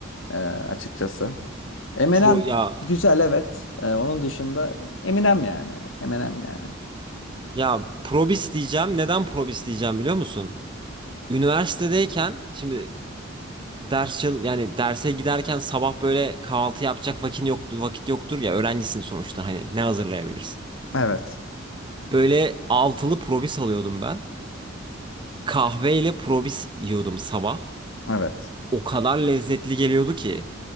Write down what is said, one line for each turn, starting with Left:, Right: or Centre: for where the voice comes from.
Left: e, açıkçası. Eminem
Right: Pro ya
Left: güzel evet. E, onun dışında Eminem yani. Eminem yani.
Right: Ya probis diyeceğim. Neden probis diyeceğim biliyor musun? Üniversitedeyken şimdi ders çal- yani derse giderken sabah böyle kahvaltı yapacak vakit yoktu vakit yoktur ya öğrencisin sonuçta hani ne hazırlayabilirsin?
Left: Evet.
Right: Böyle altılı probis alıyordum ben. Kahveyle probis yiyordum sabah.
Left: Evet.
Right: O kadar lezzetli geliyordu ki.